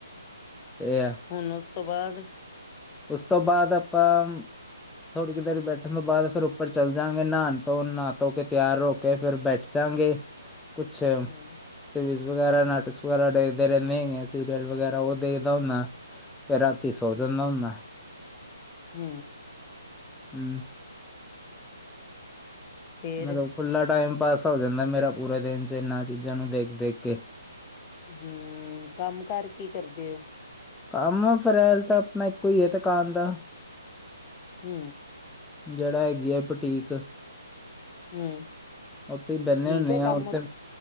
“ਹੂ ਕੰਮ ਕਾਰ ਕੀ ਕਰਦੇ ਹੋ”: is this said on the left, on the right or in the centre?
Left